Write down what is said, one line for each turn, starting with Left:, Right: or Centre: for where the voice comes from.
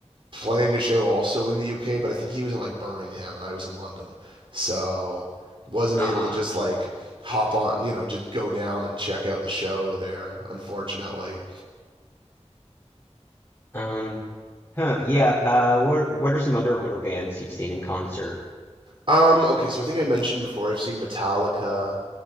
Right: playing a show also in the UK, but I think he was in like Birmingham and I was in London. So wasn't
Left: Ah.
Right: able to just like hop on, you know, just go down and check out the show there, unfortunately.
Left: Um, huh, yeah. Uh, what what are some other older bands you've seen in concert?
Right: Um, okay, so I think I mentioned before I've seen Metallica.